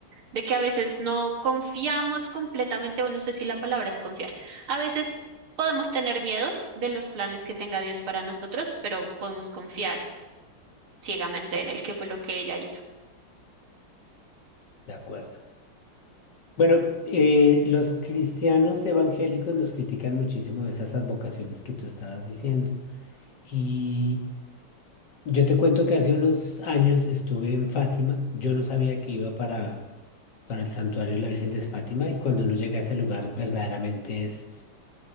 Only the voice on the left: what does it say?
de acuerdo. Bueno, eh, los cristianos evangélicos nos critican muchísimo de esas advocaciones que tú estabas diciendo. Y yo te cuento que hace unos años estuve en Fátima. Yo no sabía que iba para, para el santuario de la Virgen de Fátima y cuando uno llega a ese lugar verdaderamente es